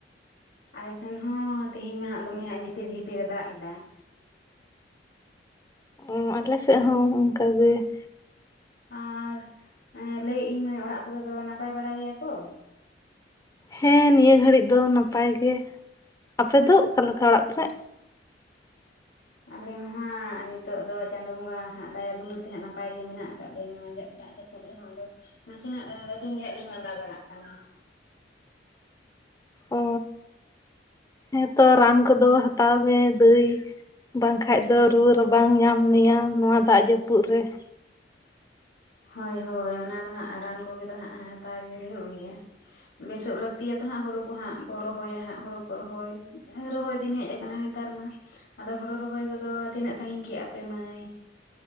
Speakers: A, on the left; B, on the left.
A: ᱟᱞᱮ ᱥᱮᱱ ᱦᱚᱸ ᱛᱤᱦᱤᱧ ᱢᱟ ᱦᱟᱸᱜ ᱫᱚᱢᱮ ᱦᱟᱸᱜ ᱡᱷᱤᱯᱤᱨ ᱡᱷᱤᱯᱤᱨᱮ ᱫᱟᱜ ᱮᱫᱟ ᱾
B: ᱚ ᱟᱞᱮ ᱥᱮᱜ ᱦᱚᱸ ᱚᱝᱠᱟ ᱜᱮ ᱾
A: ᱟᱨ ᱮ ᱞᱟᱹᱭᱮᱜ ᱤᱧ ᱢᱟᱹᱭ ᱚᱲᱟᱜ ᱠᱚᱨᱮᱫᱚ ᱱᱟᱯᱟᱭ ᱵᱟᱲᱟ ᱜᱮᱭᱟ ᱠᱚ?
B: ᱦᱮᱸ ᱱᱤᱭᱟᱹ ᱜᱷᱟᱹᱲᱤᱡ ᱫᱚ ᱱᱟᱯᱟᱭ ᱜᱮ ᱾ ᱟᱯᱮ ᱫᱚ ᱚᱠᱟᱞᱮᱠᱟ ᱚᱲᱟᱜ ᱠᱚᱨᱮᱜ?
A: ᱟᱞᱮ ᱦᱚᱸ ᱦᱟᱸᱜ ᱱᱤᱛᱚᱜ ᱫᱚ ᱪᱟᱸᱫᱳ ᱵᱚᱸᱜᱟ ᱦᱟᱸᱜ ᱫᱟᱭᱟ ᱫᱩᱞᱟᱹᱲ ᱛᱮ ᱦᱟᱸᱜ ᱱᱟᱯᱟᱭ ᱜᱮ ᱢᱮᱱᱟᱜ ᱟᱠᱟᱫ ᱞᱮᱭᱟ ᱱᱚᱣᱟ ᱡᱟᱜ ᱰᱟᱜ ᱡᱟ ᱯᱩᱫ ᱨᱮᱦᱚᱸ ᱟᱫᱚ ᱱᱟᱥᱮᱱᱟᱜ ᱟᱹᱞᱤᱧ ᱜᱮ ᱦᱟᱸᱜ ᱞᱤᱧ ᱢᱟᱸᱫᱟ ᱵᱟᱲᱟᱜ ᱠᱟᱱᱟ ᱾
B: ᱚ, ᱦᱮᱸ ᱛᱚ ᱨᱟᱱ ᱠᱚᱫᱚ ᱦᱟᱛᱟᱣ ᱢᱮ ᱫᱟᱹᱭ᱾ ᱵᱟᱝᱠᱷᱟᱡ ᱫᱚ ᱨᱩᱣᱟᱹ ᱨᱟᱵᱟᱝ ᱧᱟᱢ ᱢᱮᱭᱟ ᱱᱚᱣᱟ ᱫᱟᱜ ᱡᱟᱹᱯᱩᱫ ᱨᱮ ᱾
A: ᱦᱳᱭ ᱦᱳᱭ ᱚᱱᱟ ᱫᱚ ᱦᱟᱸᱜ ᱨᱟᱱ ᱠᱚᱜᱮ ᱫᱚ ᱦᱟᱸᱜ ᱦᱟᱛᱟᱣ ᱜᱮ ᱦᱩᱭᱩᱜ ᱜᱮᱭᱟ ᱾ ᱵᱮᱥᱚᱜ ᱞᱟᱹᱠᱛᱤᱭᱟᱛᱚ ᱦᱟᱸᱜ ᱦᱩᱲᱩ ᱠᱚ ᱦᱟᱸᱜ ᱵᱚ ᱨᱚᱦᱚᱭᱟ ᱦᱟᱸᱜ ᱦᱩᱲᱩ ᱠᱚ ᱨᱚᱦᱚᱭ, ᱨᱚᱦᱚᱭ ᱫᱤᱱ ᱦᱮᱡ ᱟᱠᱟᱱᱟ ᱱᱤ ᱛᱟᱨ ᱢᱟ, ᱟᱫᱚ ᱦᱳᱲᱳ ᱨᱚᱦᱚᱭ ᱠᱚᱫᱚ ᱛᱤᱱᱟᱹᱜ ᱥᱟᱺᱜᱤᱧ ᱠᱮᱜᱼᱟ ᱯᱮ ᱢᱟᱹᱭ?